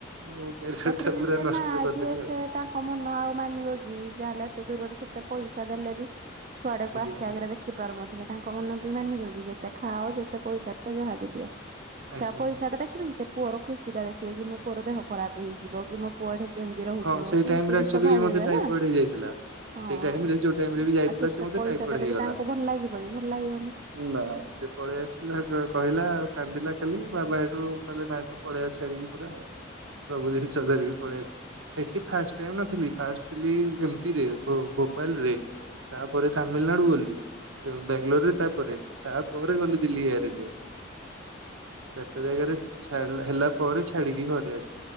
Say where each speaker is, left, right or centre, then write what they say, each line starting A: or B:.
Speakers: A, on the right; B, on the right.
A: ମୋ କ୍ୟାରିୟର
B: ତାପରେ
A: ଟା
B: ବି
A: ପୁରା
B: ଯିଏ
A: ନଷ୍ଟ
B: ମା
A: କରିଦେଲି
B: ଯିଏ ସେ
A: ଆଉ।
B: ତାଙ୍କ ମନ ଆଉ ମାନିବ କି ଯା ହେଲା ଏତେ ଦୂରରେ ଯେତେ ପଇସା ଦେଲେ ବି ଛୁଆ ଟାକୁ
A: ଆଜ୍ଞା
B: ଆଖି
A: ଆଜ୍ଞା।
B: ଆଗରେ ଦେଖି ପାରୁନଥିବେ। ତାଙ୍କ ମନ ବି ମାନିବ କି ଯେତେ ଖାଅ ଯେତେ ପଇସା ଯାହାବି ଦିଅ
A: ଆଜ୍ଞା
B: ସେ ପଇସାଟା ଦେଖିବେ କି ସେ ପୁଅର ଖୁସି ଟା ଦେଖିବେ କି ମୋ ପୁଅର ଦେହ ଖରାପ ହେଇଯିବ କି ମୋ ପୁଅ ଟ କେମିତି ରହୁଥିବ
A: ହଁ
B: ସେଇ
A: ଟାଇମ
B: ଜିନିସ
A: ରେ ଆକ୍ଚୁଆଲି
B: ଭାବିବେ
A: ବି ମତେ ଟାଇଫଏଡ
B: ନା।
A: ହେଇଯାଇଥିଲା।
B: ହଁ
A: ସେଇ
B: ଆଉ
A: ଟାଇମ ରେ ଯୋଉ ଟାଇମ ରେ ବି ଯାଇଥିଲା
B: ଯେତେ
A: ସେ ମତେ
B: ପଇସା
A: ଟାଇଫଏଡ
B: ଦେଲେ
A: ହେଇଗଲା।
B: ବି ତାଙ୍କୁ ଭଲ ଲାଗିବ କି ଭଲ ଲାଗିବନି।
A: ନା ସେ ପଳେଇ ଆସିଲା କହିଲା ଆଉ କାନ୍ଦିଲା ଖାଲି ବାବା ହେଠୁ କହିଲେ ନାଇ ତୁ ପଳେଇଆ ଛାଡିକ ପୁରା ସବୁ ଜିନିଷ ଧରିକି ପଳେଇଆ ଏଠି ଫାଷ୍ଟ ଟାଇ ନଥିଲି ଫାଷ୍ଟ ଥିଲି ଏମ ପି ରେ ଭୋପାଳ ରେ। ତାପରେ ତାମିଲନାଡୁ ଗଲି। ବାଙ୍ଗାଲୋରରେ ତାପରେ ତାପରେ ଗଲେ ଦିଲ୍ଲୀ ଏୟାର ଇଣ୍ଡିଆ ଗୋଟେ ଜାଗାରେ ଛା ହେଲା ପରେ ଛାଡିକି ଘରେ ଆସିଲୀ।